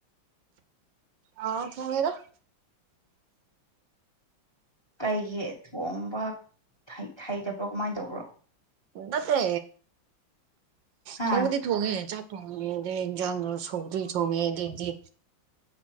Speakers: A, on the right (about 70°); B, on the left (about 15°).
A: ꯑꯥꯎ ꯊꯣꯡꯉꯦꯗ
B: ꯀꯩꯒꯤ ꯊꯣꯡꯕ ꯍꯩꯇꯕ꯭ꯔꯣ ꯀꯃꯥꯏꯅ ꯇꯧꯕ꯭ꯔꯣ
A: ꯅꯠꯇꯦ
B: ꯍꯥ
A: ꯊꯣꯡꯕꯗꯤ ꯊꯣꯡꯉꯦ ꯆꯥꯛ ꯊꯣꯡꯉꯦ ꯑꯗꯩ ꯏꯟꯖꯥꯡꯗꯣ ꯁꯧꯗ꯭ꯔꯤ ꯊꯣꯡꯉꯦ ꯑꯗꯩꯗꯤ